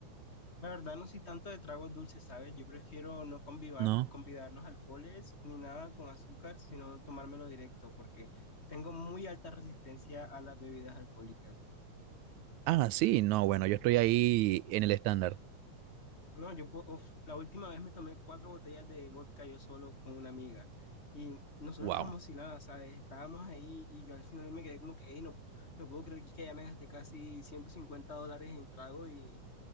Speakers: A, on the left; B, on the right.
A: La verdad, no soy tanto de tragos dulces, ¿sabes? Yo prefiero no conviva-
B: ¿no?
A: convidar los alcoholes ni nada con azúcar, sino tomármelo directo, porque tengo muy alta resistencia a las bebidas alcohólicas.
B: Ah, sí, no, bueno, yo estoy ahí en el estándar.
A: No, yo po- uf, la última vez me tomé cuatro botellas de vodka yo solo con una amiga. Y nosotros
B: Wow.
A: como si nada, ¿sabes? Estábamos ahí y yo al final me quedé como que, "Ey, no, no puedo creer que ya me gasté casi 150 dólares en trago y,